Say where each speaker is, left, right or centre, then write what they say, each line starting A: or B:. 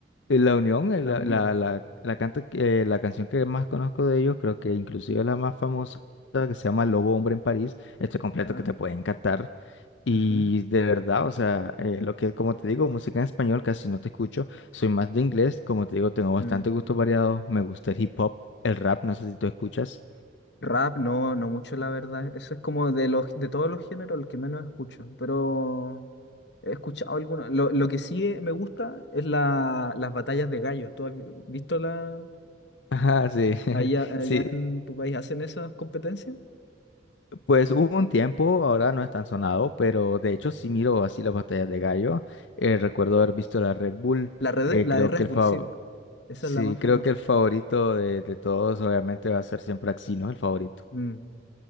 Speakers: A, on the left; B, on the left.
A: eh, La Unión, eh,
B: La
A: la,
B: Unión,
A: la, la, la, canto que- eh, la canción que más conozco de ellos, creo que inclusive la más famosa que se llama Lobo Hombre en París, este completo
B: ¿ya?
A: que te puede encantar. Y
B: Ujú.
A: de verdad, o sea, eh, lo que, como te digo, música en español casi no te escucho. Soy más de inglés, como te digo, tengo bastante
B: Mm.
A: gusto variado. Me gusta el hip hop, el rap, no sé si tú escuchas.
B: Rap, no, no mucho, la verdad. Eso es como de los, de todos los géneros el que menos escucho, pero... He escuchado alguna. Lo, lo que sí me gusta es la, las batallas de gallos. ¿Tú has visto la
A: Ajá, sí, <laughs>
B: allá, allá
A: sí.
B: en tu país hacen esas competencias?
A: Pues hubo un tiempo, ahora no es tan sonado, pero de hecho sí miro así las batallas de gallo. Eh, recuerdo haber visto la Red Bull.
B: La red,
A: eh,
B: la
A: creo
B: de Red
A: que el
B: Bull,
A: fav-
B: sí. po. Esa
A: sí,
B: es la más
A: creo
B: famosa.
A: que el favorito de, de todos, obviamente, va a ser siempre Axino, el favorito.
B: Mm.